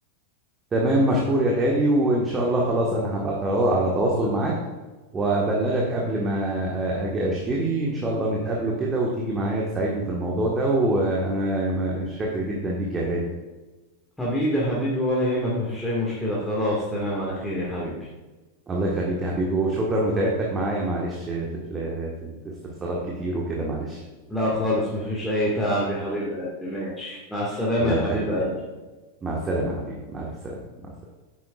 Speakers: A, on the right; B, in the centre.
A: تمام مشكور يا غالي وإن شاء الله خلاص أنا هبقى توا- على تواصل معاك وأبلغك قبل ما أجي أشتري إن شاء الله نتقابله كده وتيجي معايا تساعدني في الموضوع ده وأنا م- شاكر جدا ليك يا غالي
B: حبيبي حبيبي ولا يهمك مفيش اي مشكله خلاص تمام على خير يا حبيبي
A: الله يخليك يا حبيبي وشكرا وتعبتك معايا معلش في ال- في الاستفسارات كتير وكده معلش
B: لا خالص مفيش اي تعب يا حبيب قلبي ماشي مع السلامه
A: الله
B: يا
A: يخليك
B: حبيب قلبي
A: يا حبيبي. مع السلامة يا حبيبي مع ألف سلامة مع السلامة